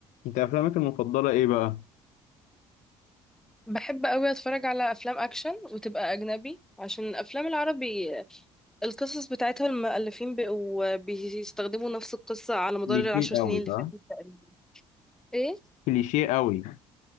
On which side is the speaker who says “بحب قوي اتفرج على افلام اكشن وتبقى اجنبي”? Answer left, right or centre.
Centre